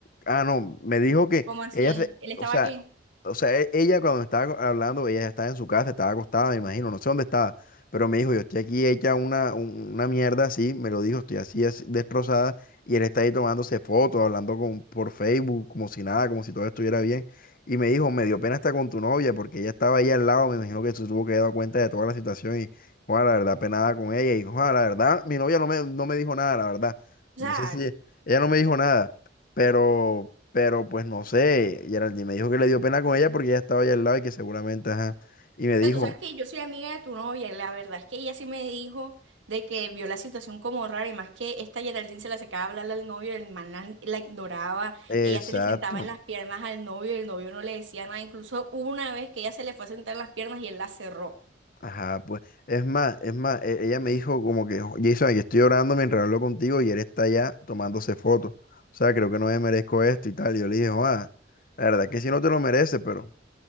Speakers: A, on the left; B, on the right.
A: ah, no, me dijo que
B: ¿Cómo así?
A: ella se,
B: ¿Él estaba
A: o sea,
B: qué?
A: o sea, e- ella cuando me estaba co- hablando, ella ya estaba en su casa, estaba acostada, me imagino, no sé dónde estaba, pero me dijo, yo estoy aquí hecha una, un- una mierda así, me lo dijo, estoy así, así destrozada, y él está ahí tomándose fotos, hablando con, por Facebook, como si nada, como si todo estuviera bien. Y me dijo, me dio pena estar con tu novia, porque ella estaba ahí al lado, me imagino que se tuvo que dar cuenta de toda la situación y, Juan, la verdad, penada con ella. Y, Juan, la verdad, mi novia no me, no me dijo nada, la verdad.
B: O
A: No
B: sea,
A: sé si, ella no me dijo nada, pero, pero pues no sé, Geraldine me dijo que le dio pena con ella porque ella estaba ahí al lado y que seguramente, ajá. Y me dijo,
B: sea, tú sabes que yo soy amiga de tu novia, y la verdad es que ella sí me dijo de que vio la situación como rara y más que esta Geraldine se la secaba a hablarle al novio, el man la, la ignoraba,
A: exacto.
B: ella se le sentaba en las piernas al novio y el novio no le decía nada, incluso hubo una vez que ella se le fue a sentar en las piernas y él la cerró.
A: Ajá, pues, es más, es más, e- ella me dijo como que, "Jo- Jason, aquí estoy orando mientras hablo contigo y él está allá tomándose fotos. O sea, creo que no me merezco esto y tal. Y yo le dije, ah, la verdad es que sí no te lo mereces, pero